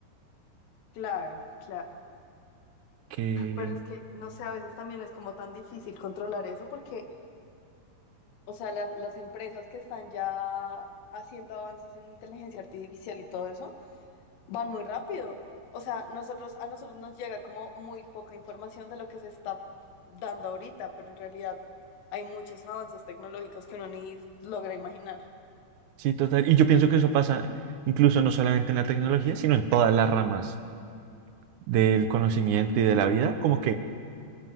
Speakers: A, on the left; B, on the right.
A: Claro, claro.
B: Que
A: Pero es que, no sé, a veces también es como tan difícil controlar eso porque O sea, la- las empresas que están ya haciendo avances en inteligencia artificial y todo eso, van muy rápido. O sea, nosotros, a nosotros nos llega como muy poca información de lo que se está dando ahorita, pero en realidad hay muchos avances tecnológicos que uno ni logra imaginar.
B: sí, total. Y yo pienso que eso pasa incluso no solamente en la tecnología, sino en todas las ramas del conocimiento y de la vida. Como que